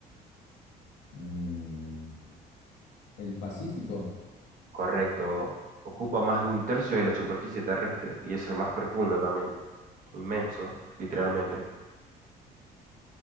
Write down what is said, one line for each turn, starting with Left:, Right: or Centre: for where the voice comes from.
Left: Mm, ¿el Pacífico?
Right: Correcto. Ocupa más de un tercio de la superficie terrestre y es el más profundo también. Inmenso, literalmente.